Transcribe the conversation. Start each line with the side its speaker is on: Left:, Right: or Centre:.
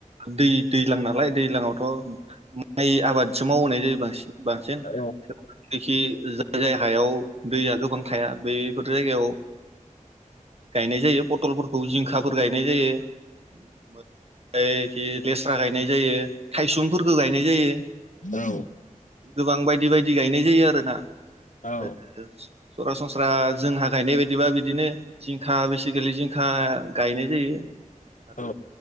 Right: दै दैज्लां नालाय दैज्लांआवथ' माइ आबादसो मावहोनाय जायो बांसिन। बांसिन
Left: औ
Right: दै खि जाय जाय हायाव दैया गोबां थाया बैफोर जायगायाव गायनाय जायो। पटलफोरखौ जिंखाफोर गायनाय जायो। मो फाय ओखि लेस्रा गायनाय जायो। थायसुमफोरखो गायनाय जायो
Left: <inaudible> औ।
Right: गोबां बायदि बायदि गायनाय जायो आरोना। <unintelligible>
Left: औ
Right: सरासनस्रा जोंहा गायनाय बायदिबा बिदिनो जिंखा बेसे आथिखाललि जिंखा गायनाय जायो। आरो
Left: औ